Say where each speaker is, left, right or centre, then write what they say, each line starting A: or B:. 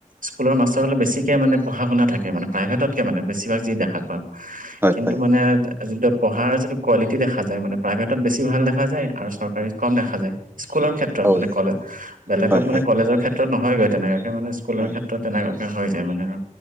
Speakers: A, on the right; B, on the right.
A: স্কুলৰ মাষ্টৰলে বেছিক মানে পঢ়া শুনা থাকে মানে প্ৰাইভেটতকে মানে বেছি বেছিভাগ যি দেখা পাওঁ
B: হয়,
A: কিন্তু
B: হয়,
A: মানে যোনটো পঢ়াৰ যিটো কোৱালিটি দেখা যায় মানে প্ৰাইভেটত বেছি ভাল দেখা যায় আৰু চৰকাৰী কম দেখা যায় স্কুলৰ ক্ষেত্ৰত
B: হয়,
A: মানে
B: হয়,
A: কলে বেলেগত
B: হয়, হয়,
A: মানে কলেজৰ ক্ষেত্ৰত ক্ষেত্ৰত নহয়গৈ তেনেকুৱাকৈ মানে স্কুলৰ
B: হয়,
A: ক্ষেত্ৰত
B: হয়, হয়, হয়,
A: তেনেকুৱাকৈ হৈ যায় মানে আৰু